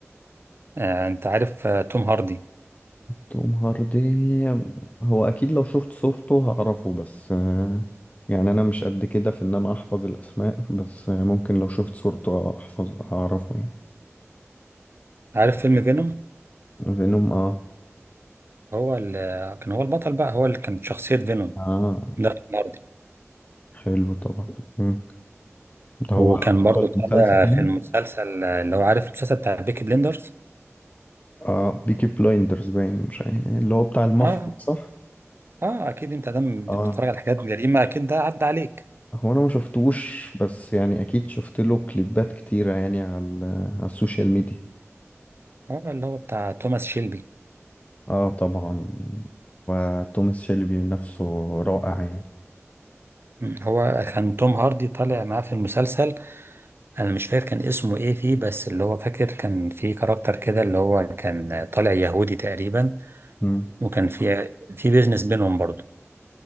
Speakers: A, on the right; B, on the left.
A: آه انت عارف آه توم هاردي
B: توم هاردي هو اكيد لو شفت صورته هعرفه بس آه، يعني انا مش قد كده في ان انا احفظ الاسماء بس آه، ممكن لو شفت صورته احفظ هعرفه يعني
A: عارف فيلم فينوم
B: فينوم اه
A: هو اللي كان هو البطل بقى هو اللي كانت شخصية فينوم
B: اه
A: ده توم هاردي
B: حلو طبعا مم. ده هو
A: وكان
B: بطل
A: برضو طالع
B: المسلسل ده
A: في المسلسل آه، اللي هو عارف المسلسل بتاع بيكي بليندرز
B: اه بيكي بلايندرز باين مش عارف اللي هو بتاع المافيا
A: اه
B: صح
A: اه اكيد انت دام
B: اه
A: بتتفرج على حاجات جريمة اكيد ده عدى عليك
B: هو انا ما شفتوش بس يعني اكيد شفت له كليبات كتيرة يعني على على السوشيال ميديا
A: اه اللي هو بتاع توماس شيلبي
B: اه طبعا وتوماس شيلبي نفسه رائع يعني
A: مم، هو كان توم هاردي طالع معاه في المسلسل انا مش فاكر كان اسمه ايه فيه بس اللي هو فاكر كان في كاركتر كده اللي هو كان طالع يهودي تقريبا
B: مم.
A: وكان في في بيزنس بينهم برضه